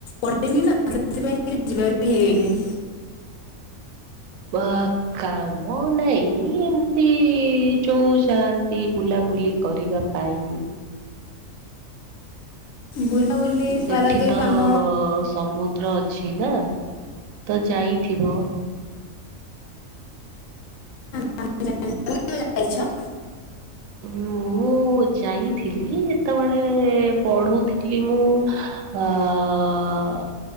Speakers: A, on the left; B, on the right.
A: ପଡନି ନା ସେଥିପାଇଁ ଯିବା ବି ହେଇନି
B: ବାପ କାମ ନାଇଁ ଏମତି ଯୋଉ ଯାଆନ୍ତି ବୁଲାବୁଲି କରିବା ପାଇଁ
A: ବୁଲାବୁଲି
B: ସେଠି
A: ପାରାଦ୍ୱୀପ
B: ତ
A: ଆମ
B: ସମୁଦ୍ର ଅଛି ନା ତ ଯାଇଥିବ
A: <unintelligible>
B: ମୁଁ ଯାଇଥିଲି ଯେତେବେଳେ ପଢୋଉଥିଲି ମୁଁ ଆଁ